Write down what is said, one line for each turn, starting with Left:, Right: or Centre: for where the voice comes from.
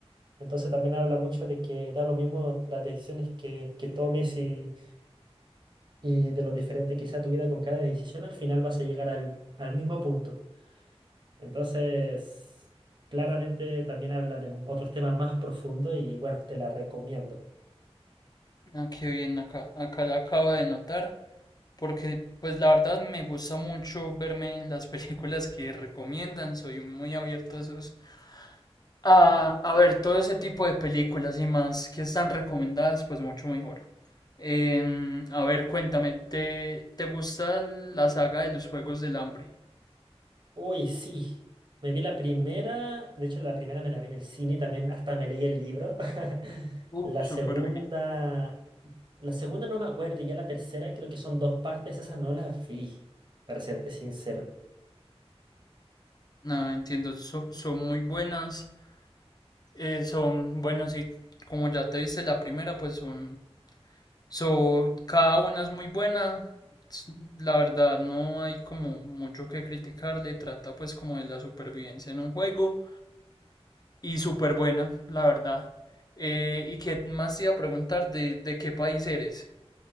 Right: Entonces también habla mucho de que da lo mismo las decisiones que, que tomes y, y de lo diferente que sea tu vida con cada decisión, al final vas a llegar al, al mismo punto. Entonces, claramente también habla de otros temas más profundos y bueno, te la recomiendo.
Left: Ah, qué bien, acá, acá la acabo de notar. Porque, pues la verdad me gusta mucho verme las <laughs> películas que recomiendan. Soy muy abierto a esos. A, a ver, todo ese tipo de películas y más que están recomendadas, pues mucho mejor. Em, a ver, cuéntame, ¿te, te gusta la saga de los Juegos del Hambre?
Right: Uy, sí. Me vi la primera, de hecho la primera me la vi en el cine también, hasta me leí el libro. <laughs>
Left: Uh,
Right: La
Left: súper
Right: segunda,
Left: bien.
Right: la segunda no me acuerdo, y ya la tercera creo que son dos partes, esas no las vi, para serte sincero.
Left: Nada, entiendo, so- son muy buenas. eh, son, bueno, sí, como ya te viste la primera, pues son So, cada una es muy buena. s- La verdad, no hay como mucho que criticarle. Trata pues como de la supervivencia en un juego. Y súper buena, la verdad. Eh, ¿y qué más te iba a preguntar? ¿De, de qué país eres?